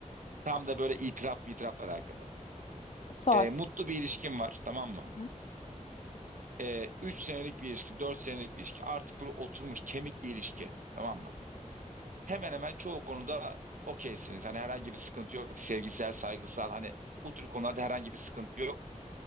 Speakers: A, on the right (about 80°); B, on the left (about 55°).
A: Tam da böyle itiraf mı itirafla alakalı.
B: Sor.
A: E, mutlu bir ilişkin var tamam mı?
B: Hı hı.
A: E, 3 senelik bir ilişki, 4 senelik bir ilişki. Artık böyle oturmuş kemik bir ilişki. Tamam mı? hemen hemen çoğu konuda okeysiniz. Hani herhangi bir sıkıntı yok. Sevgisel, saygısal hani bu tür konularda herhangi bir sıkıntı yok.